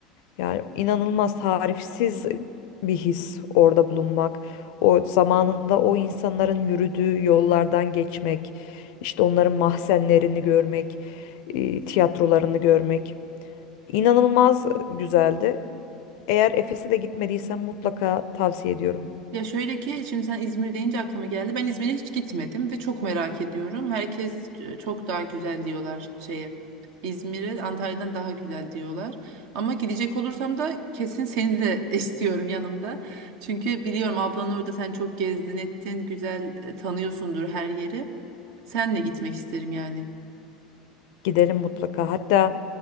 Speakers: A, on the left (about 60°); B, on the right (about 60°).
A: Yani inanılmaz tarifsiz bir his orada bulunmak. O zamanında o insanların yürüdüğü yollardan geçmek, işte onların mahzenlerini görmek, e, tiyatrolarını görmek. İnanılmaz güzeldi. Eğer Efes'e de gitmediysen mutlaka tavsiye ediyorum.
B: Ya şöyle ki şimdi sen İzmir deyince aklıma geldi. Ben İzmir'e hiç gitmedim ve çok merak ediyorum. Herkes e, çok daha güzel diyorlar şeye. İzmir'e Antalya'dan daha güzel diyorlar. Ama gidecek olursam da kesin seni de <laughs> istiyorum yanımda. Çünkü biliyorum ablan orada sen çok gezdin ettin. Güzel e, tanıyorsundur her yeri. Senle gitmek isterim yani.
A: Gidelim mutlaka. Hatta